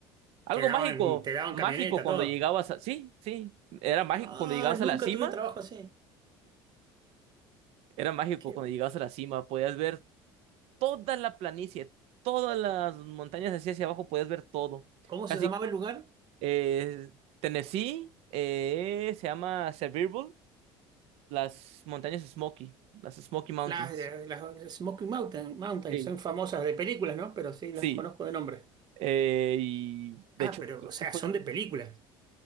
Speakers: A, on the right; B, on the right.
A: algo
B: Te daban,
A: mágico,
B: te daban
A: mágico
B: camioneta,
A: cuando
B: todo.
A: llegabas a... Sí, sí, era mágico
B: Ah,
A: cuando llegabas
B: nunca
A: a la cima
B: tuve un trabajo así.
A: Era mágico
B: Qué-
A: cuando llegabas a la cima, podías ver toda la planicie, todas las montañas así hacia abajo, podías ver todo.
B: ¿Cómo
A: Casi
B: se llamaba el lugar?
A: eh, Tennessee eh, se llama Sevierville, las montañas Smoky, las Smoky Mountains.
B: Las, eh, las eh, Smoky Mountain, Mountain,
A: Sí.
B: son famosas de películas, ¿no? Pero sí,
A: Sí,
B: las conozco de nombre.
A: eh, y de
B: Ah,
A: hecho
B: pero,
A: creo
B: o sea,
A: que fue...
B: son
A: el-
B: de películas.